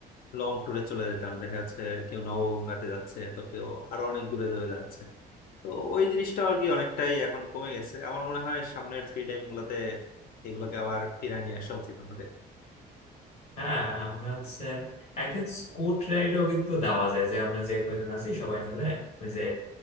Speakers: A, on the left (about 60°); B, on the left (about 40°).
A: লং ট্যুরে চলে যেতাম দেখা যাচ্ছে কেউ নবগঙ্গাতে যাচ্ছে তো কেউ আরো অনেক দূরে দূরে যাচ্ছে তো ওই জিনিসটা আর কি অনেকটাই এখন কমে গেছে আমার মনে হয় সামনের ফ্রি টাইম গুলোতে এগুলোকে আবার ফিরিয়ে নিয়ে আসা উচিত আমাদের
B: হ্যাঁ আমরা হচ্ছে একদিন স্কুট রাইডও কিন্তু দেওয়া যায় যে আমরা যে কয়জন আছি সবাই মিলে ওই যে